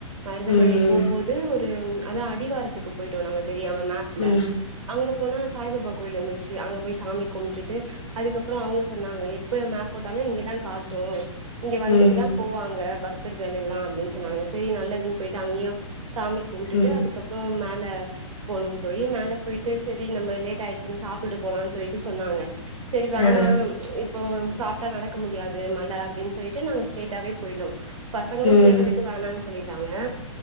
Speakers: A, on the right; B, on the left.
A: மருதமலைக்கு
B: ம்
A: போம்போது ஒரு அதா அடிவாரத்துக்கு போய்ட்டோ நாங்க தெரியாம மேப்ல
B: ம்
A: அங்க போனா சாய்பாபா கோயில் இருந்துச்சு அங்க போய் சாமி கும்ட்டுட்டு அதுக்கப்றோ அவுங்க சொன்னாங்க எப் ப மேப் போட்டாலு இங்கதா காட்டு இங்க வந்துட்டு
B: ம்
A: தா போவாங்க பக்தர்கள் எல்லா அப்டின் சொன்னாங்க சரி நல்லதுன் பேய்ட்டு அங்கயு சாமி கும்ட்டுட்டு
B: ம்
A: அதுக்கப் ப்றோம் மேல போனோ தோழி மேல போய்ட்டு சரி நம்ம லேட் ஆயிட்ச்சுன்னு சாப் பிட்டு போலான் சொல்லிட்டு சொன்னாங்க சரி வேணாம்
B: ஆ
A: இப்போ சாப்ட்டா நடக்க முடியாது மல அப்டின் சொல்லிட்டு நாங்க ஸ்ட்ரைட்டாவே போய்னோ பசங்களு
B: ம்
A: கேட்டதுக்கு வேணான் சொல்லிட்டாங்க